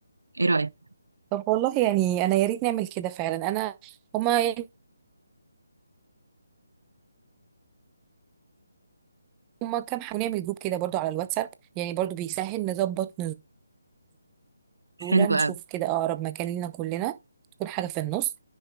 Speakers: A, on the right; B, on the right.
A: ايه رايك
B: طب والله يعني انا يا ريت نعمل كده فعلا انا هما يعني هما كام حاجة نعمل جروب كده برضو على الواتساب يعني برضو بيسهل نظبط دولة
A: حلو
B: نشوف
A: قوي
B: كده أقرب مكان لينا كلنا تكون حاجة في النص